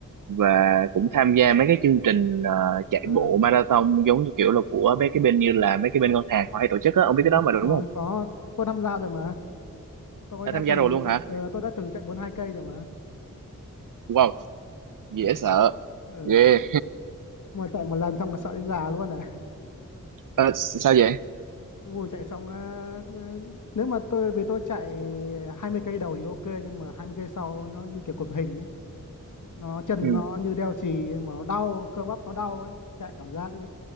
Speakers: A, on the right; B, on the left.
A: và cũng tham gia mấy cái chương trình ờ, chạy
B: Ờ,
A: bộ marathon giống như kiểu là của mấy cái bên như là mấy cái bên ngân hàng họ hay tổ chức á, ông biết
B: ừ,
A: cái đó
B: đúng
A: mà đúng
B: rồi
A: không?
B: có tôi tham gia rồi mà tôi
A: Đã
B: đã
A: tham gia
B: từng
A: rồi luôn hả?
B: ờ, tôi đã từng chạy bốn hai cây rồi mà
A: Wow, dễ
B: ừ.
A: sợ.
B: Ừ.
A: Ghê.
B: mà chạy một lần xong là sợ đến già luôn à
A: Ờ, sao vậy?
B: <laughs> Ui, chạy xong ờ, ờ, nếu mà tôi vì tôi chạy 20 cây đầu thì ok nhưng mà 20 cây sau nó như kiểu cực hình nó chân
A: Ừ.
B: nó như đeo chì mà nó đau cơ bắp nó đau ấy chạy cảm giác ờ,